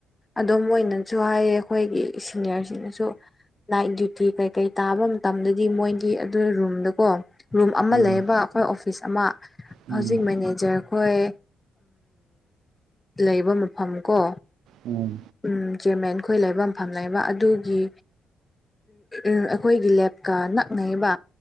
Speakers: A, on the left (about 20°); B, on the right (about 80°).
A: ꯑꯗꯨꯝ ꯑꯣꯏꯅꯁꯨ ꯍꯥꯏꯌꯦ ꯑꯩꯈꯣꯏꯒꯤ ꯁꯤꯅꯤꯌꯔꯁꯤꯡꯅꯁꯨ ꯅꯥꯏꯠ ꯗ꯭ꯌꯨꯇꯤ ꯀꯩꯀꯩ ꯇꯥꯕ ꯃꯇꯝꯗꯗꯤ ꯃꯣꯏꯒꯤ ꯑꯗꯨ ꯔꯨꯝꯗꯀꯣ ꯔꯨꯝ ꯑꯃ
B: ꯎꯝ
A: ꯂꯩꯌꯦꯕ ꯑꯩꯈꯣꯏ ꯑꯣꯐꯤꯁ ꯑꯃ
B: ꯎꯝ
A: ꯍꯧꯖꯤꯛ ꯃꯅꯦ ꯑꯣꯖꯛ ꯑꯩꯈꯣꯏ ꯂꯩꯕ ꯃꯐꯝ ꯀꯣ
B: ꯑꯣꯝ
A: ꯎ ꯆꯨꯝꯃꯦ ꯑꯩꯈꯣꯏ ꯂꯩꯕ ꯃꯐꯝ ꯂꯩꯕ ꯑꯗꯨꯒꯤ ꯑꯩꯈꯣꯏꯒꯤ ꯂꯦꯞꯀ ꯅꯛꯅꯔꯤꯕ